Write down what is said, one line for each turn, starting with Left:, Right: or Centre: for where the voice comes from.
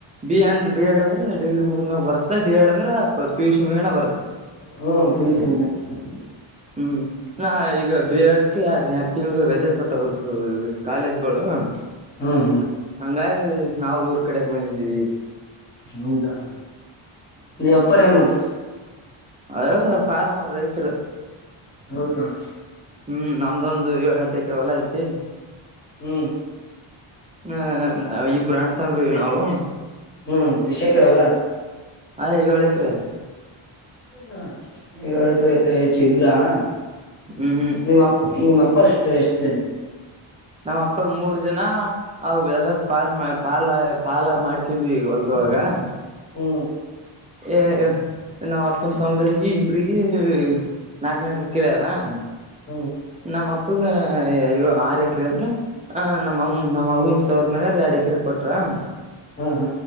Right: ಬಿ ಅಂದ ಬಿ ಎಡ್ ಅಂದ್ರೆ ಡಿಗ್ರಿ ಮುಗಿದ್ ಮ್ಯಾಗ ಬರತ್ತೆ. ಡಿ ಏಡ್ ಅಂದ್ರೆ ಪೀ ಯು ಸಿ ಮುಗ್ಯನ ಬರ್ತದ.
Left: ಹೂ ಪಿಯುಸಿ ಹೋಗೆತ <inaudible>
Right: ಹೂ ನಾ ಈಗ ಬೀಯಡತಿ ಎರಡ್ ಎರಡು ತಿಂಗಳ ರಜೆ <inaudible> ಕೊಟ್ಟರ ಓಸು ಕಾಲೇಜ್ಗಳು <inaudible>
Left: ಹ್ಮ್ ಹ್ಮ್
Right: ಹಂಗಾಗಿ ನಾವ ಊರ್ ಕಡೆಗೆ ಬಂದಿದ್ದೀವಿ. <inaudible>
Left: ಹೌದಾ ನೀ ಅಪ್ಪರ ಏನ್ ಮಾಡ್ತರ? <inaudible>
Right: ಅದ ಫಾರ್ಮರ್ ರೈತ್ರ. <inaudible>
Left: ಹೌದಾ? <inaudible>
Right: ಹು ನಮ್ದ ಒಂದು ಏಳು ಎಂಟೇ ಎಕರೆ ಹೊಲ ಐತಿ. <inaudible>
Left: ಹೂ
Right: ಹ ನಾ ಇಬ್ಬರ ಅಣ್ಣ ತಮ್ಮರ್ ಅದಿವಿ ನಾವು. <inaudible>
Left: ಹೂ ವಿಷ ಏಕೆ ಹೊಲ? <inaudible>
Right: ಐದ ಏಳ ಎಕರೆ. <inaudible>
Left: ಇಲ್ಲ ಏಳ ಎಕರೆ ಐತ ಹೆಚ್ಚಗಿ ಇಲ್ಲ <inaudible>
Right: ಹೂ ಹೂ <inaudible>
Left: ನಿಮ್ಮಪ್ಪ ನಿಮ್ಮ ಅಪ್ಪ ಅಷ್ಟ ಎಷ್ಟು ಜನ <inaudible>
Right: ನಮ್ಮ ಅಪ್ಪಗ ಮೂರ್ ಜನಾ <inaudible> ಆ ಎಲ್ಲಾರ ಪಾಲ್ ಪಾಲ ಪಾಲ ಮಾಡ್ಕೊಂಡ್ವಿ ಹೊಲದ ಒಳಗ <inaudible>
Left: ಹೂ
Right: ಏ ನಮ್ಮ ಅಪ್ಪನ ಕವ್ವಂದ್ರಿಗೀ <inaudible> <unintelligible> ಹುರಗಿ ನಾಕ ನಾಕ ಎಕರೆ ಅದಾ <inaudible>
Left: ಹ್ಮ್
Right: ನಮ್ಮ ಅಪ್ಪಗ ಅಯ್ಯ ಆರ <inaudible> ಎಕರೆ ಅಂದ್ರ ಆ ನಮ್ಮ ಅಮ್ಮ ನಮ್ಮ ಅವ್ವನ ತವರ ಮನೆ ಅವರ ಎರಡ್ ಎಕ್ರೆ ಕೊಟ್ರ. <inaudible>
Left: ಹ ಹ